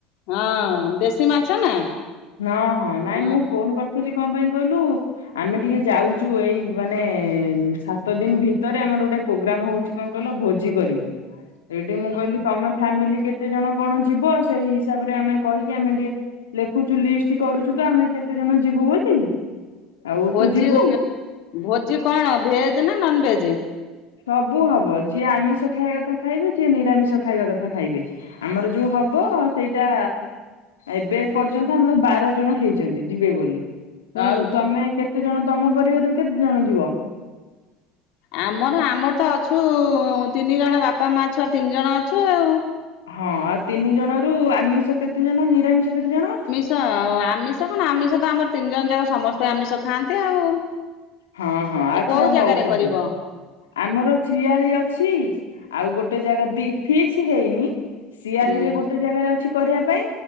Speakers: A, on the left; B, on the left.
A: ହଁ ଦେଶୀ ମାଛ ନା।
B: ହଁ ହଁ ନାଇଁ
A: ହୁଁ
B: ମୁଁ ଫୋନ କରିଥିଲି କଣ ପାଇଁ କହିଲୁ? ଆମେ ଟିକେ ଯାଉଛୁ ଏଇ ମାନେ ସାତ ଦିନ ଭିତରେ ଆମର ଗୋଟେ ପୋଗ୍ରାମ ହଉଛି କଣ କଇଲ ଭୋଜି କରିବୁ। ଏଇଠି ମୁଁ କହିଲି ତମେ ଫ୍ୟାମିଲି କେତେଜଣ କଣ ଯିବ ସେଇ ହିସାବରେ ଆମେ କହିକି ଆମେ ଟିକେ ଟିକେ ରଖୁଛୁ ଲିଷ୍ଟ କରୁଛୁ ତ ଆମେ କେତେ ଜଣ ଯିବୁ ବୋଲି? ଆଉ
A: ଭୋଜି,
B: ତୁ ଯିବୁ
A: ଭୋଜି କଣ ଭେଜ ନା ନନ ଭେଜ?
B: ସବୁ ହବ ଯିଏ ଆମିଷ ଖାଇବା କଥା ଖାଇବେ, ଯିଏ ନିରାମିଷ ଖାଇବା କଥା ଖାଇବେ। ଆମର ଯୋଉ ହବ ସେଇଟା, ଏବେ ପର୍ଯ୍ୟନ୍ତ ଆମର ବାର ଜଣ ହେଇଛନ୍ତି ଯିବେ ବୋଲି।
A: ହୁଁ
B: ଆଉ ତମେ କେତେ ଜଣ ତମ ପରିବାରରୁ କେତେ ଜଣ ଯିବ?
A: ଆମର ଆମର ତ ଅଛୁ ତିନି ଜଣ ବାପା ମା ଛୁଆ ତିନି ଜଣ ଅଛୁ ଆଉ।
B: ହଁ ଆଉ ତିନି ଜଣ ରୁ ଆମିଷ କେତେ ଜଣ ନିରାମିଷ କେତେ ଜଣ?
A: ତ ଆମିଷ କଣ ଆମିଷ ତ ଆମର ତିନି ଜଣ ଯାକ ସମସ୍ତେ ଆମିଷ ଖାଆନ୍ତି ଆଉ।
B: ହଁ ହଁ ଆଚ୍ଛା
A: କୋଉ ଜାଗାରେ
B: ହଉ ତାହେଲେ।
A: କରିବ?
B: ଆମର ଝିଆଳୀ ଅଛି, ଆଉ ଗୋଟେ ଜାଗା ବି ଫିକ୍ସ ହେଇନି ଶିଆଳିରେ
A: ହୁଁ
B: ଗୋଟେ ଜାଗାରେ ଅଛି କରିବା ପାଇଁ,